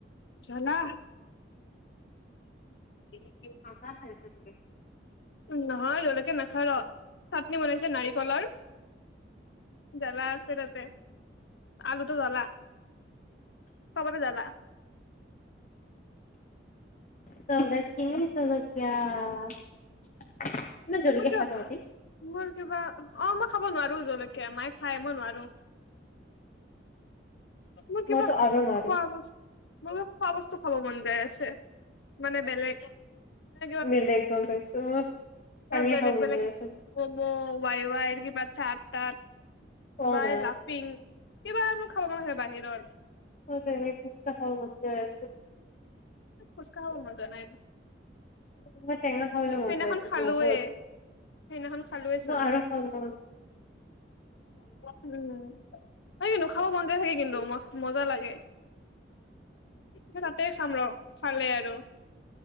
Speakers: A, on the left; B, on the left.
A: জ্বলা। <inaudible>
B: <unintelligible>
A: নহয় জলকীয়া নাখা ৰ। চাটনি বনাইছে নাৰিকলৰ। জ্বালা আছে তাতে। আলুটো জ্বলা। চবতে জালা।
B: <inaudible>
A: মোৰ কিবা
B: খা তহঁতি
A: ভা, মোৰ কিবা অ, ম খাব নোৱাৰো জলকীয়া মাই খায় মই নোৱাৰো। মোৰ কিবা
B: মইতো আৰু নোৱাৰো
A: খোৱা বস্তু্, মোৰ খোৱা বস্তু খাব মন যায় আছে, মানে বেলেগ। না
B: বেলেগ গম পাইছো। পানীয়ে
A: এ বেলেগ
B: খাব মন
A: বেলেগ
B: যায় আছে মোৰ।
A: ম'ম' ৱাই-ৱাইৰ কিবা চাট-তাট
B: কওঁ
A: হোৱাই
B: না
A: লাফিং? কিবা মোৰ খাব মন আছে বাহিৰৰ।
B: অঁ, পেহি ফুচকা খাব মন যায় আছে।
A: ফুচকা খাব মন যোৱা নাই।
B: <unintelligible> মন
A: সেইদিনাখন
B: যায় আছে
A: খালোয়ে।
B: বহুত
A: সেইদিনাখন খালোয়ে চোন।
B: মই আৰু খাব মন
A: উম, হয় কিন্তু খাব মন যায় থাকে কিন্তু মজ মজা লাগে। এ তাতে খাম ৰ, খালে আৰু।